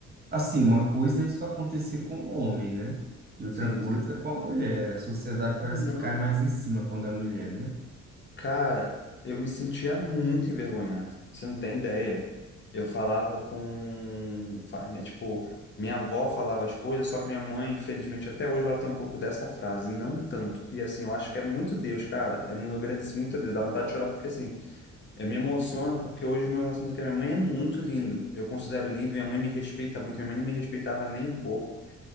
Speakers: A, on the right; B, on the left.
A: assim, uma coisa é isso acontecer com o homem, né? E outra
B: Sim.
A: coisa é com a mulher. A sociedade
B: Não,
A: parece que cai mais em cima quando é mulher, né?
B: cara, eu me sentia muito envergonhado. Você não tem ideia. Eu falava com, fa- minha- tipo, minha avó falava as coisas, só que minha mãe, infelizmente, até hoje ela tem um pouco dessa frase, não tanto. E assim, eu acho que é muito Deus, cara. É, mu- eu agradeço muito a Deus, dá vontade de chorar porque assim, Eu me emociono porque hoje o meu relacionamento com a minha mãe é muito lindo. Eu considero lindo, minha mãe me respeita muito, minha mãe não me respeitava nem um pouco.